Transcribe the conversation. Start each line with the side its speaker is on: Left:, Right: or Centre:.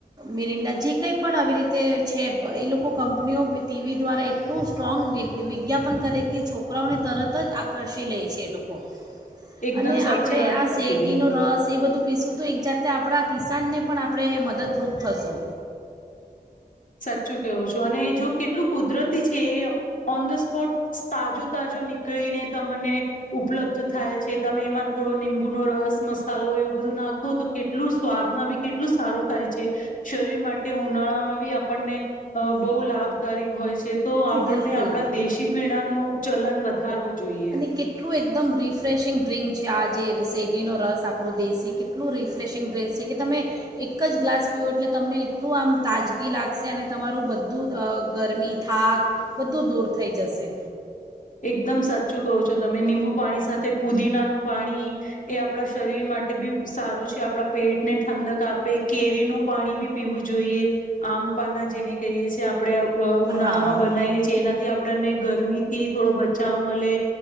Right: મિરિંડા જે કંઈ પણ આવી રીતે તે છે એ લોકો કંપનીઓ ટીવી દ્વારા એટલું સ્ટ્રોંગ વી વિજ્ઞાપન કરે કે છોકરાઓને તરત જ આકર્ષી લે છે એ લોકો.
Left: એકદમ
Right: અને
Left: સાચી
Right: આપણે
Left: વાત
Right: આ શેરડીનો
Left: કીધી
Right: રસ એ બધું પીસું તો એક જાતે આપણા કિસાનને પણ આપણે મદદ તૃપ્ત થશો.
Left: સાચું કેવું છું અને જો કેટલું કુદરતી છે એ ઓન ધ સ્પોટ તાજો તાજો નીકળીને તમને ઉપલબ્ધ થાય છે તમે એમાં થોડો નિબુ નો રસ મસાલો એવું બધું નાખો તો કેટલું સ્વાદમાં બી કેટલું સારું થાય છે શરીર માટે ઉનાળામાં બી આપણને બહુ લાભકારક હોય છે. તો આપણને
Right: બિલકુલ
Left: આપણા દેશી પીણા ન ચલન વધારવું જોઈએ.
Right: અને કેટલું એકદમ રિફ્રેશિંગ ડ્રિંક છે આ જે શેરડીનો રસ આપણો દેશી કેટલું રિફ્રેશિંગ ડ્રેસ છે કે તમે એક જ ગ્લાસ પીવો એટલે તમને એટલું આમ તાજગી લાગશે અને તમારું બધું ગરમી થાક બધું દૂર થઈ જશે.
Left: એકદમ સાચું કહો છો તમે નિબુ પાણી સાથે પુદીનાનું પાણી. એ આપણા શરીર માટે બી સારું છે. આપણા પેટને ઠંડક આપે કેરીનું પાણી બી પીવું જોઈએ આમપના જેને કહીએ છી આપ આપણે ઉનાળામાં
Right: હા
Left: બનાવીએ છીએ એનાથી આપણને ગરમી થી થોડો બચાવ મળે.